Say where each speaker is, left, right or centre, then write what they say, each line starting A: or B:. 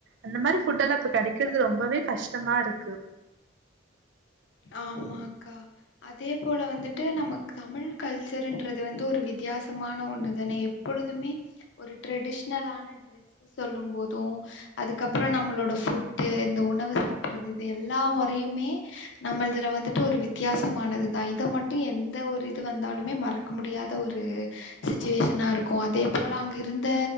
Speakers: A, on the right; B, on the left.
A: அந்த மாரி ஃபுட்டெல்லா இப்ப கெடைக்கிறது ரொம்பவே கஷ்டமா இருக்கு
B: ஆமாக்கா அதே போல வந்துட்டு நமக் தமிழ் கல்சருன்றது வந்து ஒரு வித்தியாசமான ஒன்னு தானே எ ப்பொழுதுமே ஒரு ட்ரெடிஷ்னலான ட்ரெஸு சொல்லும் போது அதுக்கப்புறோ நம்மளோட ஃபுட்டு இந்த உணவு சாப்பிறது இது எல்லா மொறையுமே நம்மள்துல வந்துட்டு ஒரு வித்தியாசமானதுதா இத மட்டு எந்த ஒரு இது வந்தாலுமே மறக்க முடியாத ஒரு சிச்சுவேஷனாருக்கு அதே போல அங்க இருந்த